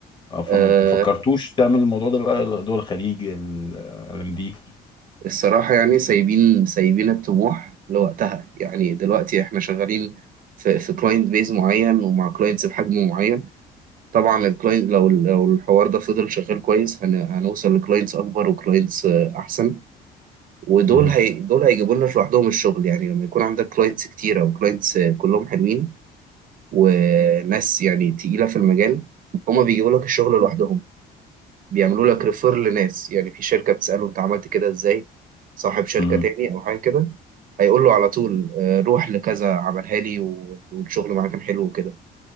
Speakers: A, on the left; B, on the right.
A: فما
B: آه،
A: فكرتوش تعمل الموضوع ده بقى دول الخليج ال- العالم دي
B: الصراحة يعني سايبين سايبين الطموح لوقتها يعني دلوقتي احنا شغالين في في كلاينت بيز معين ومع كلاينتس بحجم معين طبعا الكلاينت لو لو الحوار ده فضل شغال كويس هن- هنوصل لكلاينتس اكبر وكلاينتس احسن ودول
A: مهم.
B: هي دول هيجيبوا لنا لوحدهم الشغل يعني لما يكون عندك كلاينتس كتيرة وكلاينتس كلهم حلوين وناس يعني تقيلة في المجال هما بيجيبوا لك الشغل لوحدهم بيعملوا لك ريفير لناس يعني في شركة بتسأله انت عملت كده ازاي صاحب شركة
A: مهم.
B: تاني او حاجة كده هيقول له على طول آه، روح لكذا عملها لي و- والشغل معاه كان حلو وكده